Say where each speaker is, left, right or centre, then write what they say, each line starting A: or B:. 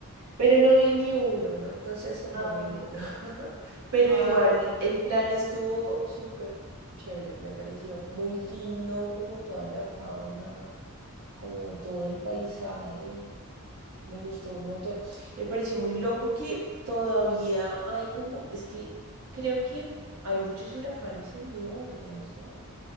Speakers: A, on the right; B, on the right.
A: pero no vi ni uno, no, no se asomó
B: Ay,
A: ninguno. <laughs> Pero
B: ay,
A: igual
B: no.
A: el plan estuvo súper chévere, me pareció muy lindo como toda la fauna, como todo el paisaje. Me gustó un montón. Me pareció muy loco que todavía hay como, es que creo que hay muchos huracanes en New Orleans, ¿no?